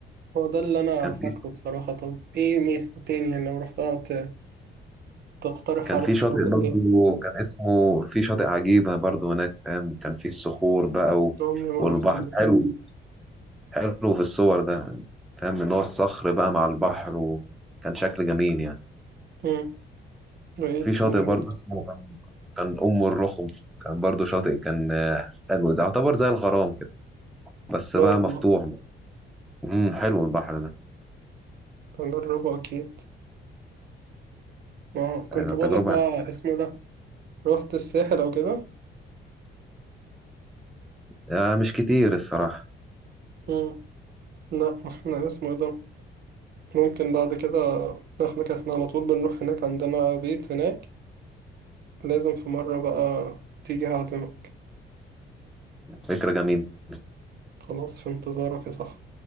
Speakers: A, on the right; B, in the centre.
A: هو ده اللي أنا
B: كان
A: فاكره
B: في
A: بصراحة طب إيه ميزة تاني يعني لو رحتها ت- تقترح
B: كان
A: أروح
B: في شاطئ
A: شاطئ
B: برضه
A: إيه؟
B: كان اسمه في شاطئ عجيبة برضه هناك فاهم كان في الصخور بقى و...
A: عمري ما
B: والبحر
A: روحت
B: حلو حلو في الصور ده فاهم اللي هو الصخر بقى مع البحر وكان شكل جميل يعني
A: مم. وإيه
B: وفي
A: التاني
B: شاطئ برضه
A: برضه؟
B: اسمه كان كان أم الرخم كان برضه شاطئ كان آه، حلو ده يعتبر زي الغرام كده بس
A: لا
B: بقى
A: والله
B: مفتوح بقى. امم حلو البحر ده
A: هجربه أكيد ما كنت
B: آه،
A: بقول
B: تجربة
A: لك بقى اسمه ده روحت الساحل أو كده
B: آه، مش كتير الصراحة
A: مم. لا ما احنا اسمه ده ممكن بعد كده احنا كده احنا على طول بنروح هناك عندنا بيت هناك لازم في مرة بقى تيجي هعزمك
B: فكرة جميلة
A: خلاص في انتظارك يا صاحبي